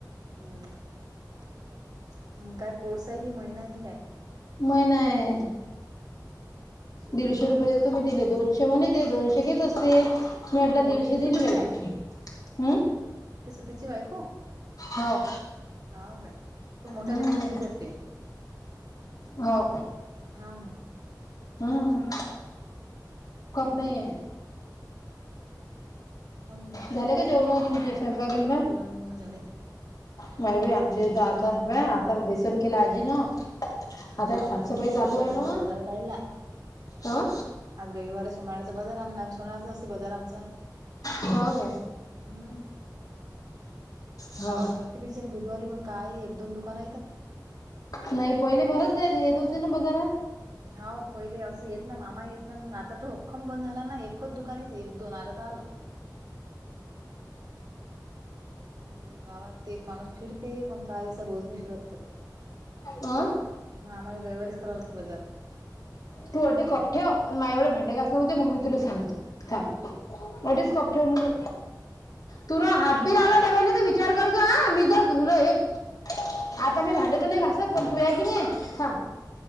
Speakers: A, on the right; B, on the left.
A: हम्म, काय कोर्स आहे कि महिना आहे कि काय?
B: महिना आहे.
A: शिकवते
B: दीडशे
A: पण
B: रुपये
A: चांगलं
B: देतो
A: बिचारी
B: मी तिले दोनशे म्हणे ते दोनशे घेत असते. मी म्हटलं
A: ते
B: दीडशे
A: ते शिकवते
B: देईन बाई हम्म.
A: त्या सतीश ची बायको
B: हो
A: हाव काय तो मोठ्या
B: हम्म
A: लेयकरीच वाटते.
B: हो.
A: हाव ना
B: हम्म, कप नाही आहे.
A: हाव ना.
B: झाले का जेवण तुमचे स्वयंपाक गिनपाक?
A: बिवण झाले.
B: नाही बाई आमचे ते तर
A: हम्म
B: आता, आता बेसन केला आजी ना आता
A: जेवण
B: हे साफसफाई
A: झाले
B: चालू
A: बाजार
B: आहेना
A: आणला बाजार काढला.
B: व, अ?
A: आज रविवार हे सोनळ्याचा बाजार आणला आम्ही सोनळ्याचा असते बाजार आमचा.
B: हो काय
A: हम्म,
B: ह
A: गावात भरते बिचारे बुधवारी मग. काय एक, दोन दुकाना येतात.
B: नाही पहिले भरत जायत हेेत येत होते ना बजारात.
A: हाव पहिले असं येत ना मामा येत ना मग आता त खम बंद झाला ना एकच दुकान येते एक, दोन आलं तर आलं. मग गावात एक माणूस फिरते पण काय असं <unintelligible>
B: अ
A: मग आम्हाला रविवारीच करा लागते बाजार.
B: तू अठी कप ठेव आण माये एवढे भांडे घास व्हुदे मग मी तुले सांगतो थांब. अडीच कप ठेवन तु. तुन हात बि लावला डब्याले तर विचार करतो ह मी जर तुला एक आता मी भांडे त नाही घासत पण तू या की नाही